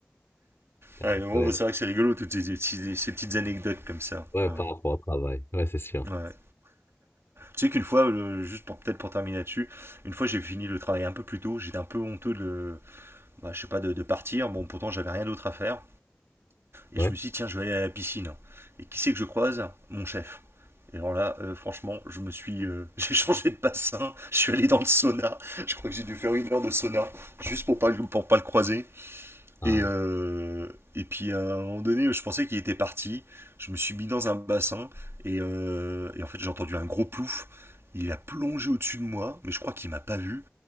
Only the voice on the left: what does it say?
Ouais,
ouais,
ouais,
par rapport au travail. Ouais, c'est sûr.
Ouais.
Ah,